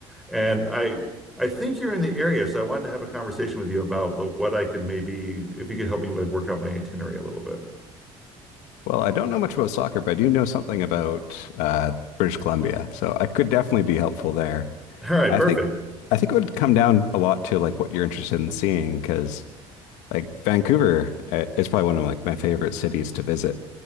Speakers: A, in the centre; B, on the left (about 85°).
A: And I I think you're in the area, so I wanted to have a conversation with you about like, what I could maybe if you could help me like work out my itinerary a little bit.
B: Well, I don't know much about soccer, but I do know something about uh, British Columbia, so I could definitely be helpful there.
A: All right,
B: I
A: perfect.
B: think I think it would come down a lot to like what you're interested in seeing, because like Vancouver uh, is probably one of like my favorite cities to visit,